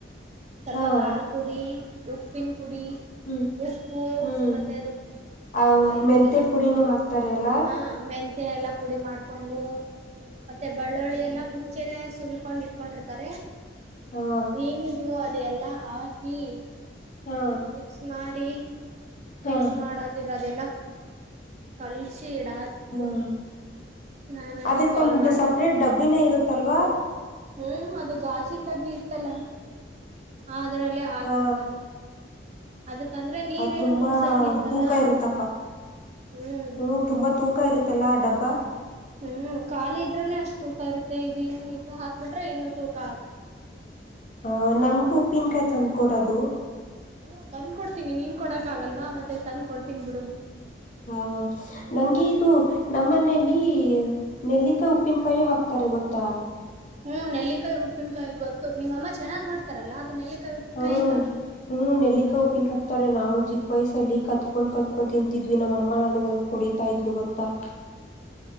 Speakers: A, on the right (about 40°); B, on the left (about 45°).
A: ಸ್ವಲ್ಪ
B: ಹಾ
A: ಖಾರ್ ಪುಡಿ ಉಪ್ಪಿನ ಪುಡಿ
B: ಹ್ಮ್
A: ಉಪ್ಪು
B: ಹ್ಮ್
A: ಮತ್ ಹ
B: ಆ
A: ಇದು
B: ಮೆಂತೆ
A: ಎನು
B: ಪುಡಿನೂ ಹಾಕ್ತಾರೆ ಅಲ್ಲಾ
A: ಹ ಮೆಂತೆ ಎಲ್ಲ ಪುಡಿ ಮಾಡಕೊಂಡು ಮತ್ತೆ ಬಳ್ಳುಳ್ಳಿ ಎಲ್ಲ ಮುಂಚೆ ಸುಲ್ಕೊಂಡ್ ಇಟ್ಕೊಂಡಿರ್ತಾರೆ
B: ಹಾ
A: ನೀನ್ ಹ ಅ ಅದೆ ಎಲ್ಲಾ ಹಾಕಿ
B: ಹಾ
A: ಮಿಕ್ಸ್ ಮಾಡಿ
B: ಹಾ
A: ಮಿಕ್ಸ್ ಮಾಡತಿದ್ ಅದೆಲ್ಲ ಕಾಲಜ್ ತೀಡಿ
B: ಹ್ಮ್
A: ನಾನ ಹಂಗೆ
B: ಅದಕ್ಕೊಂದು
A: ಕಾಲ್ ಮಾಡ್ದೇ
B: ಸಪ್ರೇಟ್ ಡಬ್ಬಿನೇ ಇರುತ್ತಲ್ವಾ
A: ಹ್ಮ ಅದು ಗಾಜಿನ ಡಬ್ಬಿ ಇ ಇತ್ತಲ ಅದ್ರಲ್ಲೇ ಹಾಕಿಡ್ತಾರೆ
B: ಹಾ
A: ಅದಕಂದ್ರೆ ನೀರೇನು
B: ಅದ್ ತುಂಬಾ
A: ಮುಟ್ಸಂಗಿಲ್ವಲ್ಲ
B: ತೂಕ ಇರುತ್ತಪ್ಪ
A: ಹ್ಮ್
B: ಹ್ಮ ತುಂಬಾ ತೂಕ ಇರುತ್ತಲ್ಲಾ ಡಬ್ಬ ವಹ
A: ಹ್ಮ್ ಖಾಲಿ ಇದ್ರನೆ ಅಷ್ಟ್ ತೂಕ ಇರುತ್ತೆ ಇದನ್ ಹಾಕ್ಬಿಟ್ರೆ ಇನ್ನು ತೂಕ ಆಗುತ್ತೆ
B: ಆ ನನ್ಗೂ ಉಪ್ಪಿನಕಾಯ್ ತಂದ್ಕ ಕೊಡದು
A: ಹ್ಮ ತಂದ್ ಕೊಡ್ತೀನಿ ನೀನ್ ಕೊಡಕ್ಗಲ್ವಾ ಮತ್ತೆ ತಂದ್ ಕೊಡ್ತೀನಿ ಬಿಡು
B: ಹು ನಂಗೆ
A: ಹ್ಮ್
B: ಇದು ನಮ್ಮನೆ ಇಲ್ಲಿ ನೆಲ್ಲಿಕಾಯ್ ಉಪ್ಪಿನ್ಕಾಯು ಹಾಕ್ತಾರೆ ಗೊತ್ತಾ.
A: ಹು ನೆಲ್ಲಿಕಾಯ್ ಉಪ್ಪಿನ್ಕಾಯ್ ಗೊತ್ತು ನಿಮ್ ಅಮ್ಮ ಚೆನ್ನಾಗ್ ಮಾಡ್ತಾರಲ್ಲ ಅದು ನೆಲ್ಲಿಕಾಯಿ ಉಪ್ಪಿನಕಾಯಿ
B: ಹೌ
A: ಅಲ್ಲ
B: ಹ್ಮ್ ನೆಲ್ಲಿಕಾಯ್ ಉಪ್ಪಿನ್ಕಾಯ್ ಹಾಕ್ತಾರೆ ನಾವ್ ಚಿಕ್ಕ ವಯ್ಸಲ್ಲಿ ಕದ್ಕೊಂಡ್ ಕದ್ಕೊಂಡ್ ತಿಂ ದ್ವಿ ನಮ್ ಅಮ್ಮ ನನಗ್ ಅದ್ಕ್ ಹೊಡಿತಾ ಇದ್ಲು ಗೊತ್ತಾ.